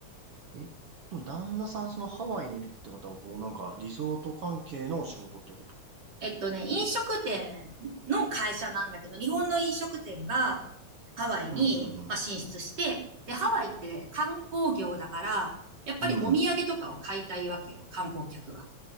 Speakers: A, on the right; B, on the right.
A: え、でも旦那さんそのハワイにいるってことは、こうなんかリゾート関係のお仕事ってこと。
B: えっとね、飲食店の会社なんだけど、日本の飲食店がハワイに、
A: うん、うん、
B: まあ、進出して、で、ハワイって観光業だから、やっぱりお土産とかを買いたいわけよ、
A: うん。うん。
B: 観光客は。